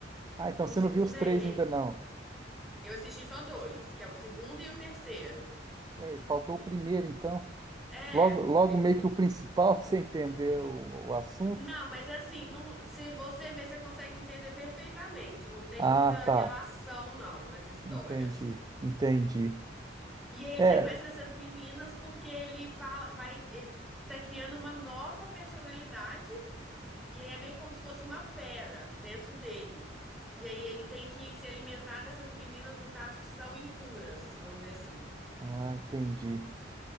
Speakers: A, on the right; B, in the centre.
A: Ah, então
B: O
A: você
B: segundo
A: não viu os três
B: é esse.
A: ainda não.
B: Eu assisti só dois, que é o segundo e o terceiro.
A: Ué, faltou o primeiro, então.
B: É,
A: Logo, logo
B: viu?
A: meio
B: com-
A: que o principal <laughs> pra você entender o, o assunto.
B: Não, mas assim, não, se você ver, você consegue entender perfeitamente. Não tem
A: Ah,
B: muita
A: tá.
B: relação, não, as histórias.
A: Entendi, entendi.
B: E ele
A: É,
B: sequestra essas meninas porque ele fala, vai, ele tá criando uma nova personalidade E aí é meio como se fosse uma fera dentro dele. E aí ele tem que se alimentar dessas meninas, no caso, que são impuras, vamos dizer assim.
A: ah, entendi.